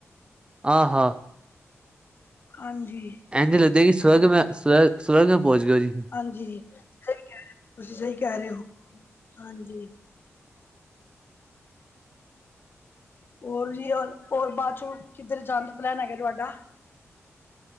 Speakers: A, on the right; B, on the left.
A: ਆਹਾ।
B: ਹਾਂਜੀ।
A: ਐਂਜ ਲੱਦੇ ਕਿ ਸਵਰਗ ਮੈਂ ਸਵ ਸਵਰਗੈਂ ਪਹੁੰਚ ਗਿਆ ਜੀ।
B: ਹਾਂਜੀ ਸਈ ਕੈ ਰੇ ਤੁਸੀਂ ਸਈ ਕੈ ਰੇ ਓ ਹਾਂਜੀ। ਹੋਰ ਜੀ ਓਰ ਹੋਰ ਬਾਦ ਚੋਂ ਕਿੱਧਰ ਜਾਣ ਦਾ ਪਲੈਨ ਹੈਗਾ ਤੁਹਾਡਾ?